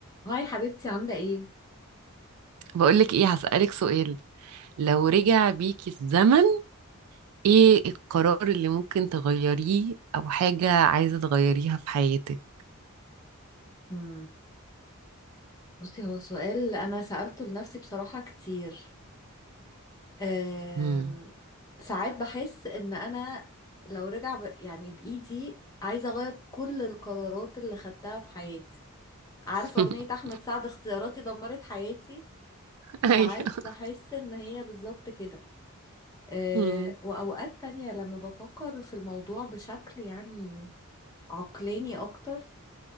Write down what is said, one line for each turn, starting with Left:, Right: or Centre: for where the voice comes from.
Left: هاي حبيبتي عاملة ايه؟
Right: بقولك ايه هسألك سؤال لو رجع بيكي الزمن ايه القرار اللي ممكن تغيريه او حاجة عايزة تغيريها في حياتك
Left: مم. بصي هو سؤال أنا سألته لنفسي بصراحة كتير أم...
Right: مم.
Left: ساعات بحس إن أنا لو رجع ب... يعني بإيدي عايزة أغير كل القرارات اللي خدتها في حياتي عارفة
Right: <laughs>
Left: أغنية أحمد سعد اختياراتي دمرت حياتي
Right: ايوه
Left: ساعات بحس إن هي بالظبط كده أه...
Right: مم.
Left: وأوقات تانية لما بفكر في الموضوع بشكل يعني عقلاني أكتر